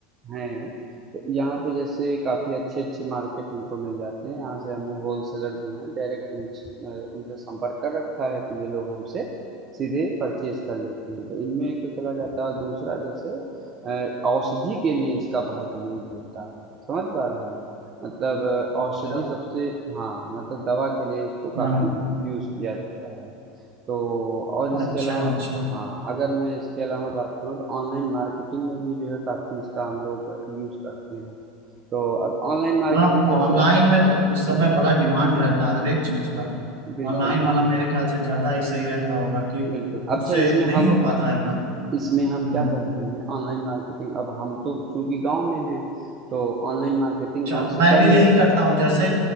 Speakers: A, on the right; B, on the right.
A: हैं। तो यहाँ पे जैसे काफ़ी अच्छे-अच्छे मार्केट हमको मिल जाते हैं। यहाँ से हमने होलसेलर जो हैं डायरेक्ट उनसे अ, उनसे संपर्क कर रखा है तो ये लोग हमसे सीधे परचेज़ कर लेते हैं। तो इनमें एक तो चला जाता है और दूसरा जैसे अ, औषधि के लिए इसका बहुत यूज़ होता है। समझ पा रहे हैं? मतलब औषधि
B: अच्छा।
A: सबसे हाँ, मतलब दवा के लिए इसको
B: हाँ
A: काफ़ी यूज़ किया जाता है। तो और इसके
B: अच्छा
A: अलावा
B: अच्छा
A: हाँ अगर मैं इसके अलावा बात करूँ तो ऑनलाइन मार्केटिंग में भी जो है काफ़ी इसका हम लोग यूज़ करते हैं तो अब ऑनलाइन मार्केटिंग
B: हाँ
A: जैसे
B: ऑनलाइन में तो इस समय
A: बिल्कुल
B: बड़ा डिमांड रहता है हर एक चीज का
A: बिल्कुल
B: ऑनलाइन
A: बिल्कुल
B: वाला मेरे ख्याल से ज्यादा ही सही रहता होगा कि
A: बिल्कुल
B: उससे
A: अच्छा इसमें
B: नहीं
A: हम
B: हो पाता है काम
A: इसमें हम
B: हम्म
A: क्या करते हैं ऑनलाइन मार्केटिंग अब हम तो चूंकि गांव में हैं तो ऑनलाइन मार्केटिंग
B: अच्छा
A: गांव
B: तो मैं
A: से कर
B: भी
A: नहीं
B: यही करता हूँ जैसे